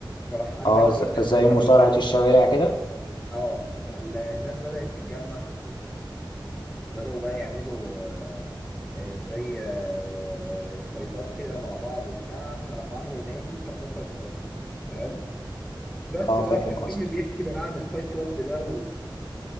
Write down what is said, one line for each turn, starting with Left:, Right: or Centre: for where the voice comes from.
Centre: فراح قال
Left: اه
Centre: لك
Left: ز-
Centre: ايه الناس
Left: زي
Centre: بدأت
Left: مصارعه
Centre: تتجمع
Left: الشوارع كده
Centre: اه فالناس بدأت تتجمع وبدأوا بقى يعملوا آه، آه، زي آه، فايتات كده مع بعض وبتاع فراحوا عملوا نادي وسموه فايت كلاب تمام بس
Left: اه
Centre: بقى
Left: فاهم
Centre: في الفيلم
Left: قصدك
Centre: بيحكي بقى عن الفايت كلاب ده و...